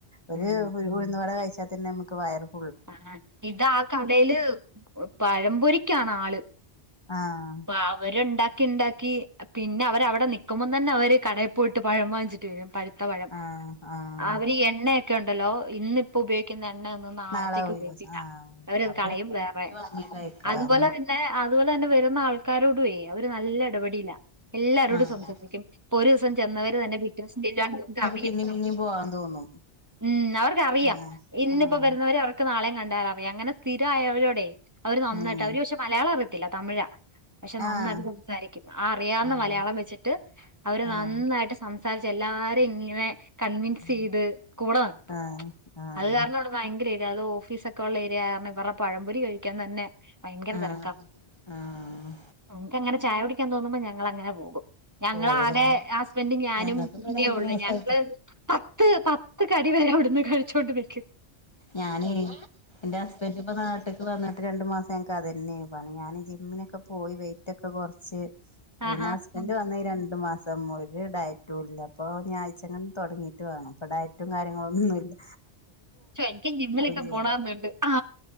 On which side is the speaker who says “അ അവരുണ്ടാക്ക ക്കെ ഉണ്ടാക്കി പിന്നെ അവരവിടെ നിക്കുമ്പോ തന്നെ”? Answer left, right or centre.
Right